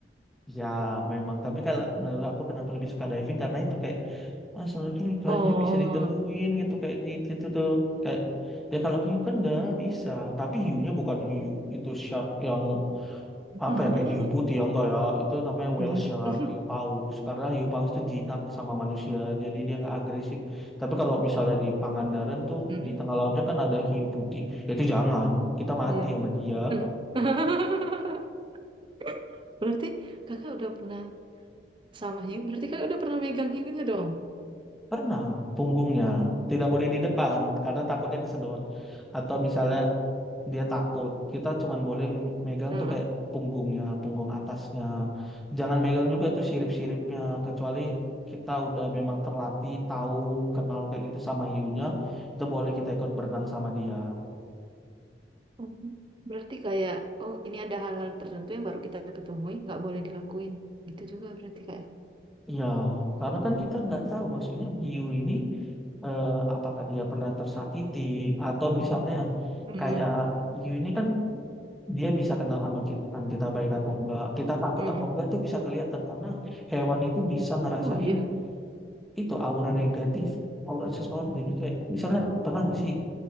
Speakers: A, in the centre; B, on the right.
A: ya memang. Tapi kalau menurut aku kenapa lebih suka diving? Karena itu kayak, ah, snorkeling ikannya
B: Oh.
A: bisa ditemuin gitu. Kayak di itu tuh. Kayak, ya kalau hiu kan nggak bisa. Tapi hiunya bukan hiu. Itu shark yang apa
B: <laughs>
A: ya kayak hiu putih ya enggak ya itu namanya whale
B: Hmm.
A: shark
B: <laughs>
A: hiu paus karena hiu paus itu jinak sama manusia jadi dia nggak agresif tapi kalau misalnya di Pangandaran tuh
B: Mm-mm.
A: di tengah lautnya kan ada hiu putih Ya itu jangan kita mati
B: Iya.
A: sama dia
B: Hmm. <laughs> Berarti kakak udah pernah sama hiu. Berarti kakak udah pernah megang hiunya dong.
A: pernah punggungnya tidak boleh di depan karena takutnya kesedot atau misalnya dia takut. Kita cuman boleh megang
B: Heeh.
A: tuh kayak punggungnya, punggung atasnya. Jangan megang juga itu sirip-siripnya, kecuali kita udah memang terlatih, tahu, kenal kayak gitu sama hiunya, itu boleh kita ikut berenang sama dia.
B: Mm. Berarti kayak, oh ini ada hal-hal tertentu yang baru kita ketemui, nggak boleh dilakuin. Gitu juga berarti kayak.
A: Ya, karena kan kita nggak tahu maksudnya hiu ini eh, apakah dia pernah tersakiti atau misalnya
B: Mm.
A: kayak hiu ini kan dia bisa kenal sama kita, kan kita baik atau enggak, kita takut
B: Mm.
A: atau enggak itu bisa kelihatan karena hewan itu bisa ngerasain
B: Oh iya.
A: itu aura negatif aura seseorang jadi kayak misalnya pernah nggak sih